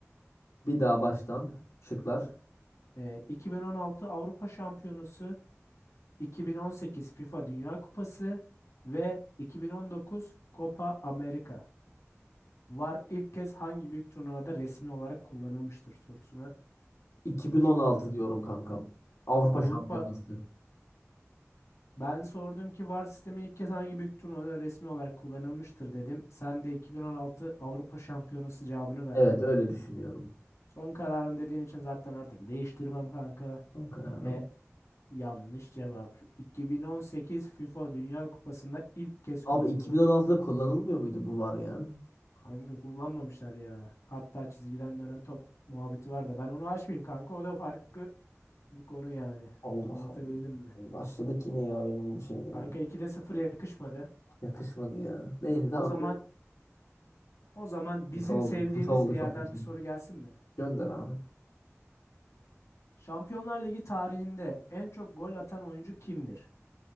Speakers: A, on the left; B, on the left.
A: Bir daha baştan şıklar.
B: E, 2016 Avrupa Şampiyonası, 2018 FIFA Dünya Kupası ve 2019 Copa America. VAR ilk kez hangi büyük turnuvada resmi olarak kullanılmıştır sorusuna
A: 2016
B: şıklarım. bunlar.
A: diyorum kankam. Avrupa
B: Avrupa
A: Şampiyonası.
B: ben sordum ki VAR sistemi ilk kez hangi büyük turnuvada resmi olarak kullanılmıştır dedim. Sen de 2016 Avrupa Şampiyonası cevabını verdin.
A: Evet öyle düşünüyorum.
B: Son kararın dediğin için zaten artık değiştirmem kanka.
A: Son kararım.
B: Ve Yanlış cevap. 2018 FIFA Dünya Kupası'nda ilk kez kullanılmış.
A: Abi 2016'da kullanılmıyor muydu bu var ya?
B: Kanka kullanmamışlar ya. Hatta çizgiden dönen top muhabbeti var da ben onu açmayayım kanka. O da farklı bir konu yani.
A: Allah
B: Anlatabildim
A: Allah.
B: mi?
A: Başladık yine ya benim bu şeyime.
B: Kanka 2'de sıfır yakışmadı.
A: Yakışmadı ya. Neyse tamam.
B: O zaman o zaman bizim
A: Kötü oldu.
B: sevdiğimiz
A: Kötü oldu.
B: bir yerden
A: Çok kötü.
B: bir
A: oldu.
B: soru gelsin mi?
A: Gönder abi.
B: Şampiyonlar Ligi tarihinde en çok gol atan oyuncu kimdir?